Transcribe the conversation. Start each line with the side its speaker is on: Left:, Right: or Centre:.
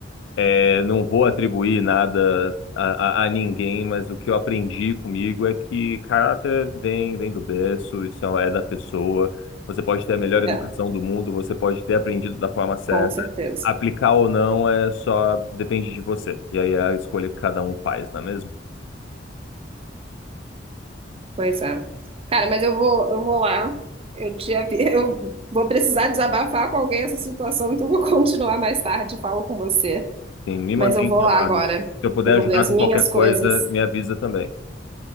Left: É, não vou atribuir nada a, a- a ninguém, mas o que eu aprendi comigo é que caráter vem, vem do berço, isso é é da pessoa. Você pode ter a melhor educação
Right: É,
Left: do mundo, você pode ter aprendido da forma certa.
Right: com certeza.
Left: Aplicar ou não é só depende de você. E aí é a escolha que cada um faz, não é mesmo?
Right: Pois é. Cara, mas eu vou, eu vou lá. Eu te avi... <laughs> eu vou precisar desabafar com alguém essa situação, então vou <laughs> continuar mais tarde, falo com você.
Left: Sim, me
Right: Mas
Left: mantém
Right: eu vou
Left: informado.
Right: lá agora
Left: Se eu puder
Right: resolver
Left: ajudar
Right: as
Left: com
Right: minhas
Left: qualquer coisa,
Right: coisas.
Left: me avisa também.